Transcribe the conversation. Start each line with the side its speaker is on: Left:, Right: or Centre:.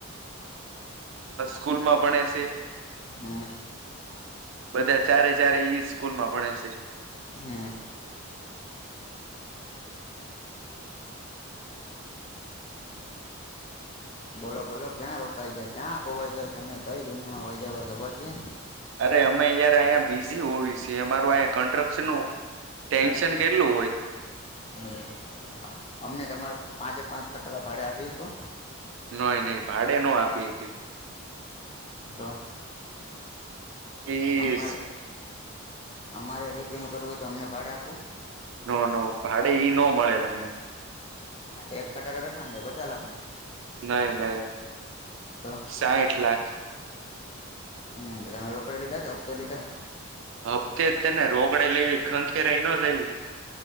Right: સ્કૂલ માં પણ ભણે છે
Left: હમ
Right: બધા ચારે ચારે એ સ્કૂલમાં ભણે છે
Left: હમ બોલો બોલો ક્યાં રોકાઈ જાય ક્યાં ખોવાઈ જ તમને કઈ દુનિયામાં હોય જ ભાઈ ખબર છે
Right: અરે અમે યાર અહીંયા બીઝી હોવી અમારું કન્સ્ટ્રક્શન નું ટેન્શન કેટલું હોય
Left: હમ અમને તમારે પાંચે પાંચ ખટાડા ભાડે આપી શકો
Right: નહી નહી ભાડે ન આપીએ કઈ
Left: તો
Right: એ
Left: અમારે અમારે રેતીનું કરવું હોય તો અમને ભાડે આપો
Right: ન ન ભાડે ઈ ન મળે તમને
Left: એક ખટારો કેટલાનો થાય પચાસ લાખ નો
Right: નહી નહી
Left: તો
Right: સાહીઠ લાખ
Left: હમ તમે રોકડે લીધા કે હપ્તા લીધા
Right: હપ્તે જ <unintelligible> ન જય